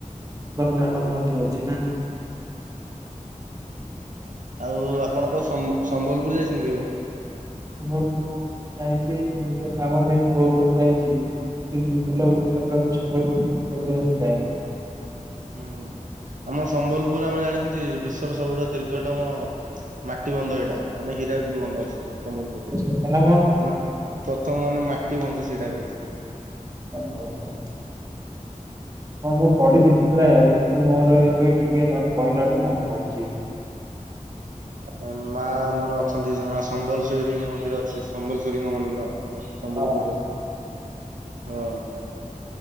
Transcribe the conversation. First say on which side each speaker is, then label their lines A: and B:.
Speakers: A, on the right; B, on the right.
A: କାନନ ମଧ୍ୟ ଅଛି ନା?
B: ଆଉ ଆପଣ ତ ସମ୍ଭ ସମ୍ବଲପୁର ଯାଇଛନ୍ତି କେବେ?
A: ସମ୍ବଲପୁର ଯାଇଛି ନିଜ କାମ ପାଇଁ ବହୁତ ଥର ଯାଇଛି। କିନ୍ତୁ ବୁଲାବୁଲି
B: ହଁ
A: କରିବାକୁ ସମ୍ବଲପୁର କେବେ ଏମିତି ଯାଇନି।
B: ହୁଁ ଆମ ସମ୍ବଲପୁର ଆମେ ଜାଣିଛନ୍ତି ବିଶ୍ଵର ସବୁଠା ଦୀର୍ଘତମ ମାଟି ବନ୍ଧ ଏଇଟା ମାନେ ହୀରା କୁନ୍ଧୁ ବନ୍ଧ ଅଛି। ସମ୍ବଲପୁରରେ ଗୋଟେ
A: ସତ ନା
B: ମାନେ ପ୍ରଥମ ମାନେ ମାଟି ବନ୍ଧ ସେଇଟା ହ-
A: ଓ ହୋ ହୋ। ହଁ ମୁଁ ପଢିଥିଲି ପ୍ରାୟ କିନ୍ତୁ ମୋର ଏବେ ଟିକେ ତମେ କହିଲାଠୁ ମନେ ପଡୁଛି।
B: ଆ ମା ଆମର ଅଛନ୍ତି ସମ୍ବଲେଶ୍ଵରୀ ମନ୍ଦିର ଅଛି ସମ୍ବଲେଶ୍ଵରୀଙ୍କ ମନ୍ଦିର। ସମ୍ବଲପୁରରେ
A: ହଁ।
B: ହଁ।